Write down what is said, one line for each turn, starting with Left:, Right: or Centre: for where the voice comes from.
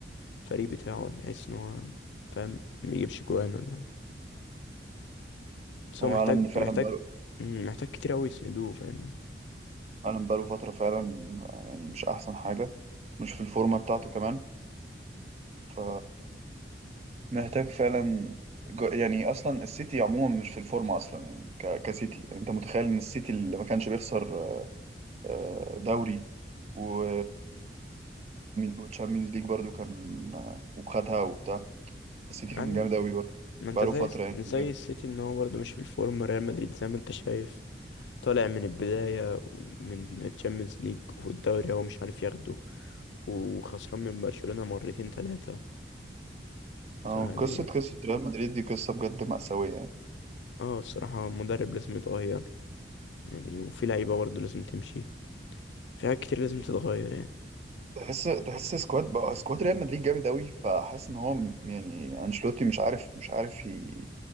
Left: الفريق بتاعه تحس ان هو فاهم ميجيبش جوان ولا بس
Right: هو
Left: هو محتاج
Right: هالاند فعلا
Left: محتاج
Right: بقاله
Left: مم، محتاج كتير قوي يسندوه فاهمني
Right: هالاند بقاله فترة فعلا آه، يعني مش احسن حاجة مش في الفورمة بتاعته كمان ف محتاج فعلا جو- يعني اصلا السيتي عموما مش في الفورمة اصلا يعني ك... كسيتي يعني انت متخيل ان السيتي اللي ما كانش بيخسر آه، دوري و وتشامبيونز ليج برضو كان آه، وخدها وبتاع السيتي
Left: يعني
Right: كان جامد أوي برضه
Left: ما
Right: بقاله
Left: انت زي
Right: فترة يعني
Left: زي
Right: كان جامد
Left: السيتي ان هو برضو مش في الفورم ريال مدريد زي ما انت شايف طالع من البداية من تشامبيونز ليج والدوري هو مش عارف ياخده وخسران من برشلونة مرتين تلاتة
Right: آه،
Left: فيعني
Right: قصة قصة ريال مدريد دي قصة بجد مأساوية يعني
Left: اه الصراحة مدرب لازم يتغير يعني وفي لعيبة برضه لازم تمشي في حاجات كتير لازم تتغير يعني
Right: تحس تحس سكواد بقى سكواد ريال مدريد جامد أوي فحاسس إن هو م- يعني أنشيلوتي مش عارف مش عارف ي-